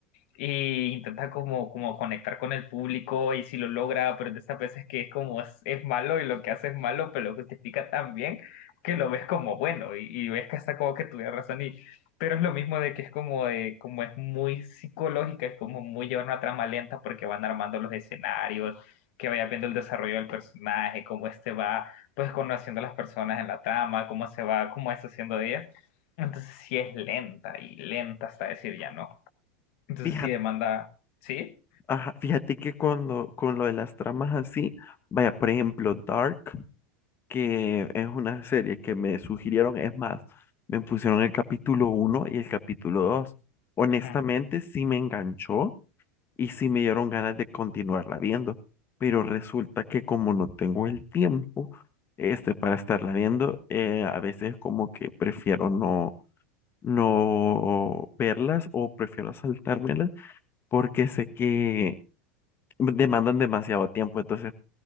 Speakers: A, on the left; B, on the left.
A: e intenta como, como conectar con el público y si lo logra, pero de estas veces que es como es, es malo y lo que hace es malo, pero lo justifica tan bien que lo ves como bueno y, y ves que hasta como que tuviera razón y pero es lo mismo de que es como de, como es muy psicológica, es como muy llevar una trama lenta porque van armando los escenarios, que vaya viendo el desarrollo del personaje, cómo este va pues conociendo a las personas en la trama, cómo se va, cómo es haciendo de ellas. Entonces sí es lenta y lenta hasta decir ya no. Entonces
B: <laughs> Fíjate,
A: sí demanda, ¿sí?
B: ajá, fíjate que cuando, con lo de las tramas así, vaya, por ejemplo, Dark, que es una serie que me sugirieron, es más, me pusieron el capítulo uno y el capítulo dos Honestamente,
A: Ajá.
B: sí me enganchó y sí me dieron ganas de continuarla viendo, pero resulta que como no tengo el tiempo este para estarla viendo, eh, a veces como que prefiero no no verlas o prefiero saltármelas porque sé que demandan demasiado tiempo, entonces